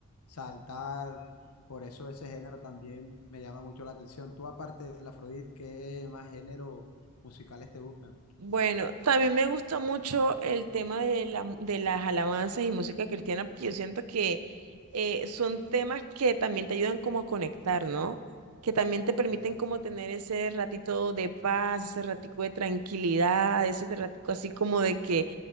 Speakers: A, on the left; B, on the right.
A: saltar, por eso ese género también me llama mucho la atención. Tú aparte del Afrodit, ¿qué más géneros musicales te gustan?
B: Bueno, también me gusta mucho el tema de la, mu- de las alabanzas y música cristiana porque yo siento que eh, son temas que también te ayudan como a conectar, ¿no? Que también te permiten
A: Claro.
B: como tener ese ratito de paz, ese ratico de tranquilidad, ese ratico así como de que